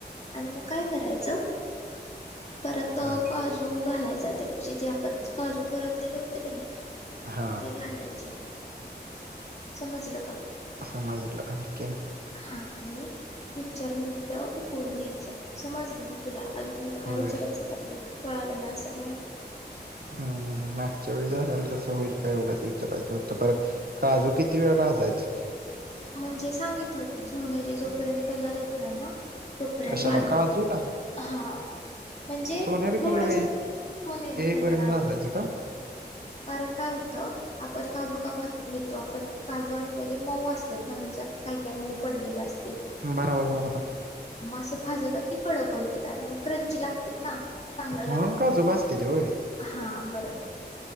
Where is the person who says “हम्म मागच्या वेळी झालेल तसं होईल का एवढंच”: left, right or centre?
Right